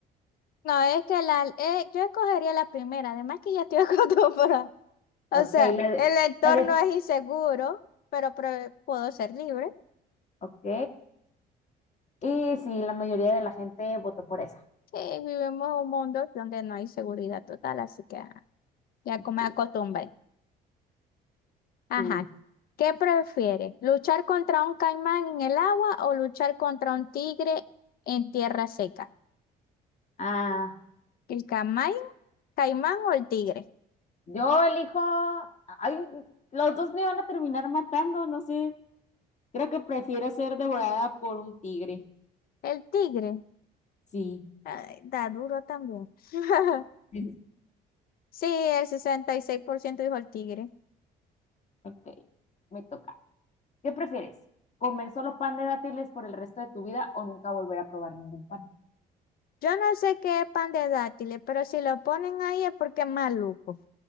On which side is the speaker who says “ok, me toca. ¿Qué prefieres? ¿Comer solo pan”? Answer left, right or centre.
Left